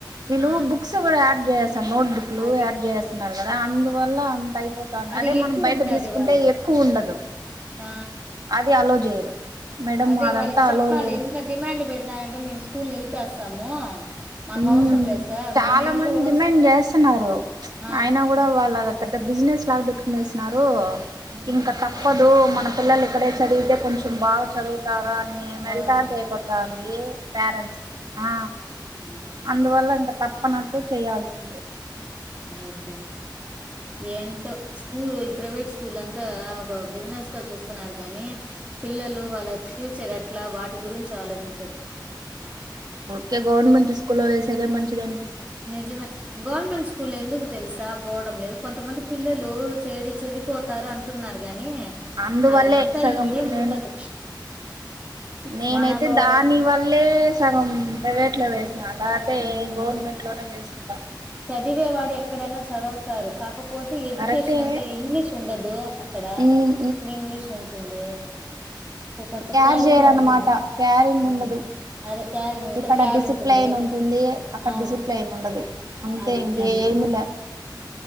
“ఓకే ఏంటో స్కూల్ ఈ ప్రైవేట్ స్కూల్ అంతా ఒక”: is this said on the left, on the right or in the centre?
Right